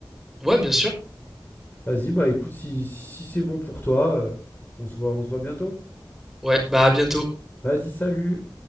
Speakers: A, in the centre; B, on the left (about 25°).
A: Ouais, bien sûr.
B: Vas-y, bah écoute, si, si, si c'est bon pour toi, euh, on se voit on se voit bientôt.
A: Ouais, bah à bientôt.
B: Vas-y, salut.